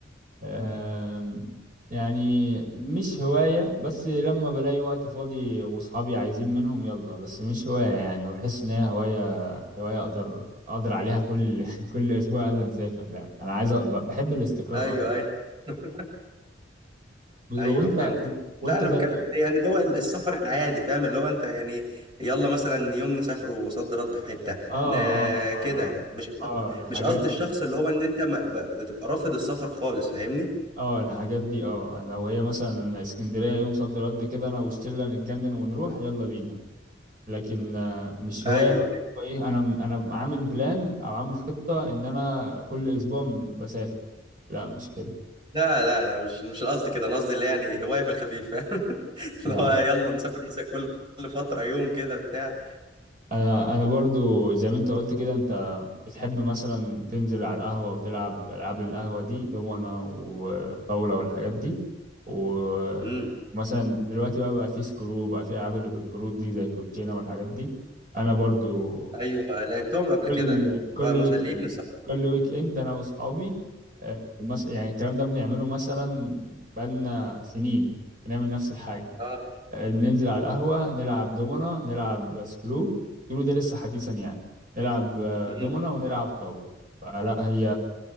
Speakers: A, on the right (about 45°); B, on the right (about 25°).
A: آم، يعني مش هواية بس لما بلاقي وقت فاضي وصحابي عايزين منهم يلا بس مش هواية يعني بحس ان هي هواية هواية اقدر اقدر عليها كل <laughs> كل اسبوع قبل نسافر لا انا عايز أ- ب- بحب الاستقرار
B: ايوه
A: اكتر
B: ايوه <laughs>
A: و-
B: ايوه
A: وانت
B: فهمت
A: و- وانت
B: لا انا بتكلم
A: زي ما قلت-
B: يعني اللي هو السفر العادي فاهم اللي هو انت يعني يلا مثلا يوم نسافروا صد رد في حته
A: اه
B: ن...
A: اه اه
B: كده مش
A: اه
B: <laughs>
A: اه الحاجات
B: مش قصدي
A: دي
B: الشخص
A: اه
B: اللي هو ان انت ما... ب- بتبقى رافض السفر خالص فاهمني
A: آه، الحاجات دي اه لو هي مثلا اسكندرية يوم صد رد كده انا والشلة نتجنن ونروح يلا بينا لكن آه، مش هواية
B: ايوه
A: بقى
B: ايوه
A: هو ايه انا انا عامل بلان او عامل خطة ان انا كل اسبوع م- بسافر لا مش كده
B: لا لا لا مش مش قصدي كده انا قصدي اللي يعني هوايه في الخفيف فاهم <laughs>
A: لا
B: اللي هو يلا نسافر مثلا كل كل فتره يوم كده بتاع
A: انا انا برضو زي ما انت قلت كده انت بتحب مثلا تنزل على القهوة وتلعب العاب القهوة دي دومنة وطاولة والحاجات دي ومثلا
B: امم
A: دلوقتي بقى بقى في سكرو بقى في العاب اللي بالكروت دي زي الكوتشينة والحاجات دي انا برضو
B: ايوه لعبتهم قبل
A: كل
B: كده
A: كل
B: بقى مسليين
A: ويك اند
B: الصراحه
A: كل ويك اند انا واصحابي آه، مس... يعني الكلام ده بنعمله مثلا بقالنا سنين بنعمل نفس الحاجه
B: اه
A: آه، بننزل على القهوه نلعب دومنا نلعب سكرو سكرو ده لسه حديثا يعني نلعب آه،
B: امم
A: دومنا ونلعب طاوله فلا هي